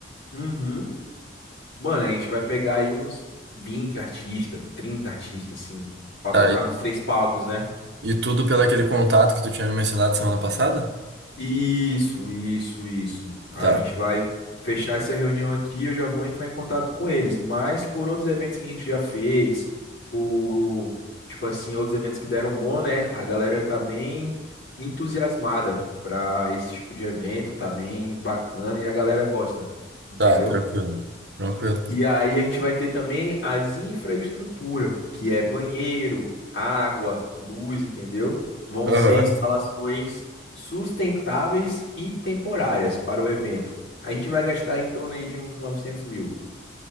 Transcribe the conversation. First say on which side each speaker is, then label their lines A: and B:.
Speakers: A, on the left (about 60°); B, on the right (about 65°).
A: uhum. Mano, a gente vai pegar aí uns 20 artistas, 30 artistas, assim, pra
B: Tá,
A: tocar nos três palcos, né?
B: E tudo pelo aquele contato que tu tinha me mencionado semana passada?
A: Isso, isso, isso. A
B: Tá,
A: gente vai fechar essa reunião aqui, eu já vou entrar em contato com eles, mas por outros eventos que a gente já fez, por, tipo assim, outros eventos que deram bom, né? A galera tá bem entusiasmada pra esse tipo de evento, tá bem bacana e a galera gosta, entendeu?
B: tá, tranquilo. Tranquilo.
A: E aí a gente vai ter também as infraestrutura, que é banheiro, água, luz, entendeu? Vão
B: Aham.
A: ser instalações sustentáveis e temporárias para o evento. A gente vai gastar em torno aí de uns novecentos mil,